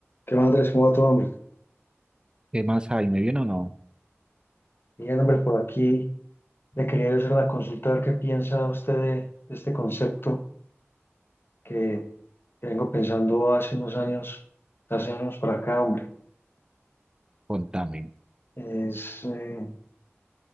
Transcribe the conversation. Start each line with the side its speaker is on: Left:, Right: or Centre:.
Left: ¿Qué más, Andrés? ¿Cómo va todo, hombre?
Right: ¿Qué más hay? ¿Me viene o no?
Left: Bien, hombre, por aquí le quería hacer una consulta, a ver qué piensa usted de, de este concepto que, que vengo pensando hace unos años, hace años para acá, hombre.
Right: Contame.
Left: Es eh,